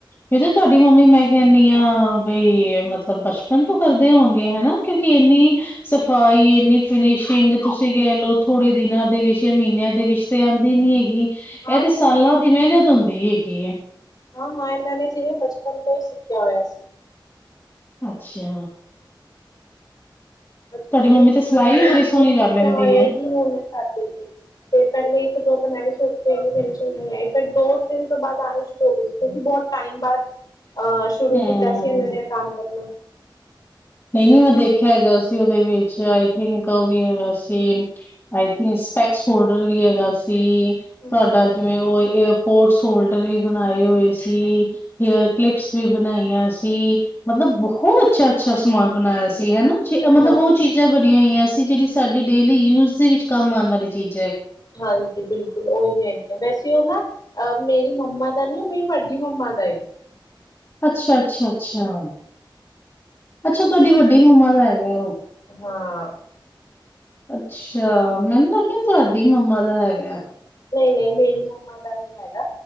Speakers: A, on the left (about 30°); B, on the left (about 55°).
A: ਫ ਜ ਤੁਹਾਡੀ ਮੰਮੀ ਮੈਂ ਕਹਿੰਦੀ ਹਾਂ ਬਈ ਮਤਲਬ ਬਚਪਨ ਤੋਂ ਕਰਦੇ ਹੋਣਗੇ ਹਨ ਹਨਾ ਕਿਉਂਕਿ ਇੰਨੀ ਸਫ਼ਾਈ ਇੰਨੀ ਫਿਨਿਸ਼ਿੰਗ ਤੁਸੀਂ ਕਹਿ ਲਓ ਥੋੜੇ ਦਿਨਾਂ ਦੇ ਵਿੱਚ ਮਹੀਨਿਆਂ ਦੇ ਵਿੱਚ ਤੇ ਆਉਂਦੀ ਨੀ ਹੈਗੀ
B: ਹਾਂ
A: ਇਹ ਤੇ
B: ਕਿਉਂ
A: ਸਾਲਾਂ ਦੀ ਮਿਹਨਤ ਹੁੰਦੀ ਹੈਗੀ ਹੈ
B: ਹਾਂ ਹਾਂ ਇਹਨਾਂ ਨੇ ਜਿਵੇਂ ਬਚਪਨ ਤੋਂ ਹੀ ਸਿੱਖਿਆ ਹੋਇਆ ਸੀ
A: ਅੱਛਾ
B: ਬਚਪਨ
A: ਤੁਹਾਡੀ ਮੰਮੀ
B: ਤੋਂ ਹੀ ਸਿੱਖਿਆ
A: ਤੇ ਸਿਲਾਈ
B: ਹੋਇਆ
A: ਵੀ ਬੜੀ
B: ਸੀ
A: ਸੋਹਣੀ
B: ਤੇ ਸਿੱਖਿਆ
A: ਕਰ ਲੈਂਦੀ
B: ਹੋਇਆ
A: ਏ।
B: ਹੀ ਹੁਣ ਕਰਦੇ ਲਈ ਤੇ ਪਹਿਲੇ ਇੱਕ ਦੋ ਬਣਾਏ ਸ਼ੁਰੂ ਤੇਗੀ ਫਿਨਸ਼ਿੰਗ ਨਹੀਂ ਆਈ ਫਿਰ ਦੋ ਤਿੰਨ ਤੋਂ ਬਾਅਦ ਆਉਣੀ ਸ਼ੁਰੂ ਹੋ ਗਏ ਸੀ ਕਿਉਂਕਿ ਬਹੁਤ ਟਾਈਮ ਬਾਅਦ ਅਹ ਸ਼ੁਰੂ
A: ਹੂੰ।
B: ਕੀਤਾ ਸੀ ਇਹਨਾਂ ਨੇ ਕੰਮ ਕਰਨਾ
A: ਜ ਮੈਂ ਦੇਖਿਆ ਹੈਗਾ ਸੀ ਉਹਦੇ ਵਿੱਚ ਆਈ ਥਿੰਕ ਉਹ ਵੀ ਹੈਗਾ ਸੀ ਆਈ ਥਿੰਕ ਸਪੈਕਸ ਫੋਲਡਰ ਵੀ ਹੈਗਾ ਸੀ ਤੁਹਾਡਾ
B: ਹਾਂ
A: ਜਿਵੇਂ ਉਹ ਸਪੋਰਟਸ ਹੋਲਡਰ ਵੀ ਬਣਾਏ ਹੋਏ ਸੀ ਹੇਅਰ ਕਲਿਪਸ ਵੀ ਬਣਾਈਆਂ ਸੀ ਮਤਲਬ ਬਹੁਤ ਅੱਛਾ ਅੱਛਾ ਸਮਾਨ ਬਣਾਇਆ ਸੀ ਹਨਾ ਜ ਮਤਲਬ
B: ਹਾਂ
A: ਉਹ ਚੀਜ਼ਾਂ ਹੋਈਆਂ ਸੀ ਜਿਹੜੀ ਸਾਡੀ ਡੇਲੀ ਯੂਜ ਦੇ ਵਿੱਚ ਕੰਮ ਆਉਣ ਵਾਲੀ ਚੀਜ਼
B: ਹਾਂਜੀ ਬਿਲਕੁਲ ਉਹੀ ਹੈਗੀੀਆਂ ਵੈਸੇ ਉਹ ਨਾ ਅਹ ਮੇਰੀ ਮੰਮਾ ਦਾ ਨੀ ਉਹ ਮੇਰੀ ਵਡੀ ਮੰਮਾ ਦਾ ਏ
A: ਅੱਛਾ ਅੱਛਾ ਅੱਛਾ ਅੱਛਾ ਤੁਹਾਡੀ ਵੱਡੀ ਮੰਮਾ ਦਾ ਹੈਗਾ ਉਹ
B: ਹਾਂ
A: ਅੱਛਾ, ਮੈਨੂੰ ਲੱਗਿਆ ਤੁਹਾਡੀ ਮੰਮਾ ਦਾ ਹੈਗੇ।
B: ਨਹੀਂ ਨਹੀਂ ਮੇਰੀ ਮੰਮਾ ਦਾ ਨਹੀਂ ਹੈਗਾ।